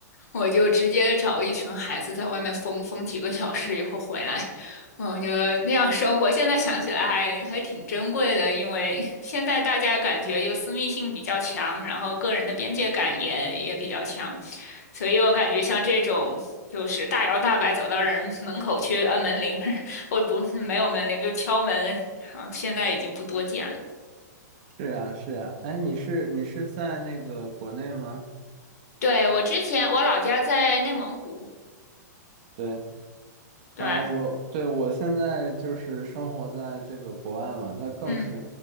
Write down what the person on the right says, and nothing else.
是啊是啊，哎，你是你是在那个国内吗？
对。
啊，我对我现在就是生活在这个国外嘛，那更是